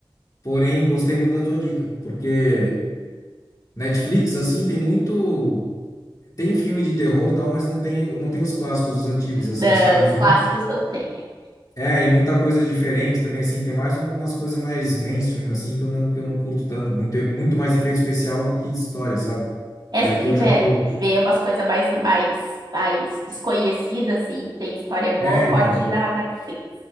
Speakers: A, on the left (about 40°); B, on the right (about 55°).
A: Porém, gostei muito da tua dica, porque Netflix, assim, tem muito. Tem filme de terror, tal, mas não tem, não tem os clássicos, os antigos, assim,
B: Não,
A: sabe?
B: os
A: E,
B: clássicos
A: Uhum.
B: não tem.
A: é, e muita coisa diferente também, assim, tem mais umas coisas mais mainstream, assim, que eu não, que eu não curto tanto, muito, muito mais efeito especial do que história, sabe?
B: Essa
A: E aqui
B: que
A: eu
B: vê,
A: já tô...
B: vê umas coisas mais, mais, mais desconhecidas, assim, que tem história boa,
A: É, então,
B: pode ir na Netflix.